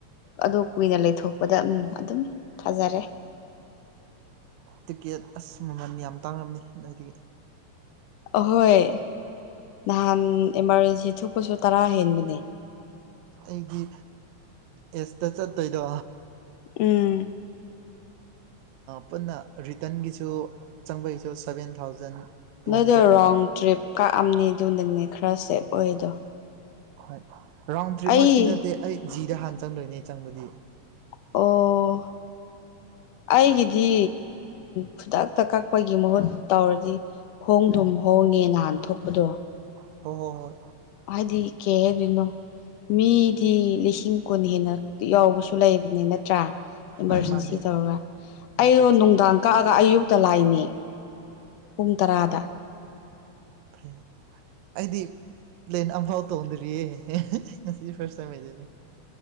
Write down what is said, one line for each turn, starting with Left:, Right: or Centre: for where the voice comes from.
Left: ꯑꯗꯨꯣ ꯀꯨꯏꯅ ꯂꯩꯊꯣꯛꯄꯗ ꯎꯝ ꯑꯗꯨꯝ ꯊꯥꯖꯔꯦ꯫
Right: ꯇꯤꯛꯀꯦꯠ ꯑꯁ ꯃꯃꯜ ꯌꯥꯝ ꯇꯥꯡꯂꯝꯃꯤ ꯅꯣꯏꯗ
Left: ꯑꯍꯣꯏ ꯅꯍꯥꯟ ꯏꯃꯥꯔꯖꯦꯟꯁꯤ ꯊꯣꯛꯄꯁꯨ ꯇꯔꯥ ꯍꯦꯟꯕꯅꯦ꯫
Right: ꯑꯩꯒꯤ ꯑꯦꯁꯇ ꯆꯠꯇꯣꯏꯗꯣ꯫
Left: ꯎꯝ
Right: ꯄꯨꯟꯅ ꯔꯤꯇꯟꯒꯤꯁꯨ ꯆꯪꯕꯒꯤꯁꯨ ꯁꯕꯦꯟ ꯊꯥꯎꯖꯟ ꯇꯨ
Left: ꯅꯣꯏꯗꯣ
Right: ꯍꯟꯗ꯭ꯔꯦꯗꯃꯨꯛꯅꯦꯕ
Left: ꯔꯣꯡ ꯇ꯭ꯔꯤꯞ ꯀꯛꯑꯝꯅꯤ ꯑꯗꯨ ꯅꯪꯅꯦ ꯈꯔ ꯁꯦꯞ ꯑꯣꯏꯗꯣ
Right: ꯍꯣꯏ ꯔꯥꯎꯟ ꯇ꯭ꯔꯤꯞꯃꯛꯇꯤ
Left: ꯑꯩ
Right: ꯅꯠꯇꯦ ꯑꯩ ꯖꯤꯗ ꯍꯥꯟꯅ ꯆꯪꯗꯣꯏꯅꯦ ꯆꯪꯕꯗꯤ꯫
Left: ꯑꯣ ꯑꯩꯒꯤꯗꯤ ꯈꯨꯗꯛꯇ ꯀꯛꯄꯒꯤ ꯃꯍꯨꯠ ꯇꯧꯔꯗꯤ꯫ ꯍꯣꯡꯗꯨꯨꯝ ꯍꯣꯡꯉꯦ ꯅꯍꯥꯟ ꯊꯣꯛꯄꯗꯣ
Right: ꯍꯣꯏ ꯍꯣꯏ ꯍꯣꯏ
Left: ꯍꯥꯏꯗꯤ ꯀꯦ ꯍꯥꯏꯗꯣꯏꯅꯣ ꯃꯤꯗꯤ ꯂꯤꯁꯤꯡ ꯀꯨꯟ ꯍꯦꯟꯅ ꯌꯥꯎꯕꯁꯨ ꯂꯩꯕꯅꯤ ꯅꯠꯇ꯭ꯔꯥ ꯏꯃꯥꯔꯖꯦꯟꯁꯤ
Right: ꯍꯣꯏ ꯃꯥꯅꯦ
Left: ꯇꯧꯔꯒ
Right: ꯏꯃꯥꯔꯖꯦꯟꯁꯤꯒꯤꯗꯤ
Left: ꯑꯩꯗꯣ ꯅꯨꯡꯗꯥꯡ ꯀꯛꯑꯒ ꯑꯌꯨꯛꯇ ꯂꯥꯛꯅꯦ ꯄꯨꯡ ꯇꯔꯥꯗ꯫
Right: ꯐꯩ ꯑꯩꯗꯤ ꯂꯦꯟ ꯑꯝꯐꯥꯎ ꯇꯣꯡꯗ꯭ꯔꯤꯌꯦ ꯉꯁꯤ ꯐꯔ ꯇꯁꯤꯅꯦ꯫